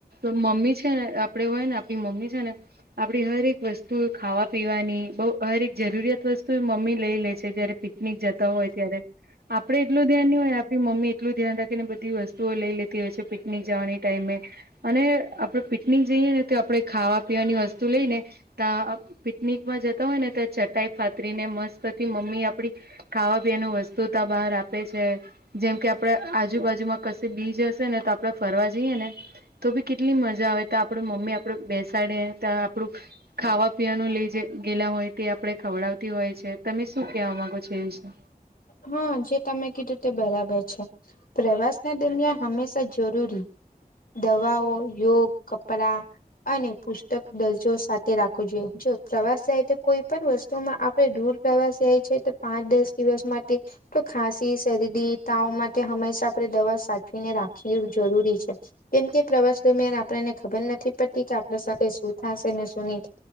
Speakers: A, on the right; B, on the left.
A: મમ્મી છે ને આપડે હોય ને આપણી મમ્મી છે ને આપડી હરેક વસ્તુ ખાવા પીવાની બહ હર એક જરૂરિયાત વસ્તુ મમ્મી લઈ લે છે જયારે પિકનિક જતા હોય ત્યારે આપડે એટલું ધ્યાન હોય આપ મમ્મી એટલું ધ્યાન રાખીને બધી વસ્તુઓ લઈ લેતી હોય છે પિકનિક જવાની ટાઈમે અને આપડ પિકનિક જઈએ ને તો આપણે ખાવા પીવાની વસ્તુ લઈ ને ત પિકનિકમાં જતા હોય ને ત્યાં ચટાઈ પાાતરી ને મસ્તતી મમ્મી આપડી ખાવા પીવાનું વસ્તુ બહાર આપે છે. જેમ કે આપડે આજુબાજુમાં કશે બીજ હશે ને તો આપડે ફરવા જઈએ ને તો ભી કેટલી મજા આવે ત આપડ મમ્મી આપડે બેસાડે ત આપણું ખાવા પીવાનું લઇ જ ગેલા હોય તે આપે ખવડાવતી હોય છે તમે શું કેવા માંગો છો એ વિશે
B: હા જે તમે કીધું તે બરાબર છે. પ્રવાસના દરમિયાન હંમેશા જરૂરી દવાઓ યોગ કપડા અને પુસ્તક દરજો સાથે તે રાખવું જોઈએ જો પ્રવાસ થાય તો કોઈ પણ વસ્તુમાં આપણે દૂર પ્રવાસ જાય છે તો પાંચ દસ દિવસ માટે તો ખાંસી શરદી તાવ માટે હંમેશા આપણે દવા સાચવીને રાખવી જરૂરી છે. કેમ કે પ્રવાસ દરમિયાન આપને ખબર નથી પડતી કે આપણા સાથે શું થશે ને શું નઈ